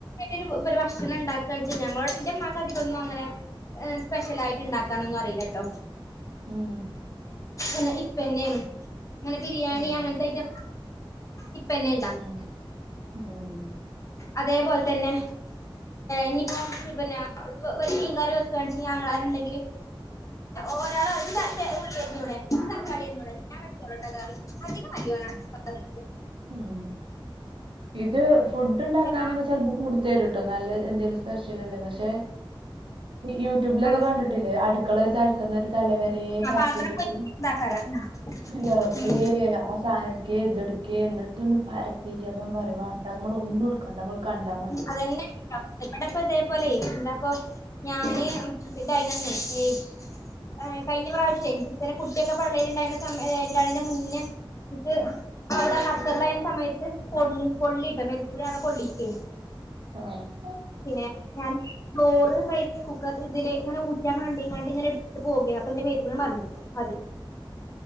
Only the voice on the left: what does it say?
ഒരു ഭക്ഷണം ഉണ്ടാക്കുകെച്ചാൽ ഞങ്ങളോടെ എന്റെ മക്ക അതി തന്നു അങ്ങനെ സ്പെഷ്യൽ ആയിട്ട്ണ്ടാക്കാനൊന്നും അറിയില്ലട്ടോ
എന്നെ ഇപ്പന്നെയാണ് ഇങ്ങനെ ബിരിയാണി
അങ്ങനത്തെ റ്റം ഇപ്പന്നെ ഉണ്ട
അതേപോൽ തന്നെ ഇനിയിപ്പോ പിന്നെ ഒരു മീൻകറി വെക്കുകയാണെങ്കി ഞങ്ങളാരുണ്ടെങ്കില് ഓരാള അത് ഉള്ളി അരിഞ്ഞൂടെ തക്കാളി അരിഞ്ഞൂടെ ഞാൻ വെച്ചോളോട്ട കറി അധികം വല്യോനാണ് കറി
ഹലോ
ആ
ആ
പാത്രം <unintelligible>
ഉം
അതെല്ലാം <unintelligible> ഇവിടിപ്പോ ഇതേപോലെ എന്താപ്പൊ ഞാന് ഇതന്നെ ഏയ് ഏ കഴിഞ്ഞ പ്രാവശ്യം ഇ കുട്ടിയൊക്കെ പള്ളയില ഉണ്ടായിരുന്ന സമായഎന്താണ്ന്റെ മുന്നേ ഇക്ക് അവിടെ കത്തറിലായിരുന്ന സമയത്ത് പൊ പൊള്ളിയിട്ട മ കൂടി ആണ് പൊള്ളിക്ക
പിന്നെ ഞാൻ ചോറ് റൈസ് കുക്കർ ഇതില് ഇങ്ങനെ ഊറ്റാൻവേണ്ടിങ്ങ ഇങ്ങനെ പോകയ അന്റെ മറിഞ്ഞു അത്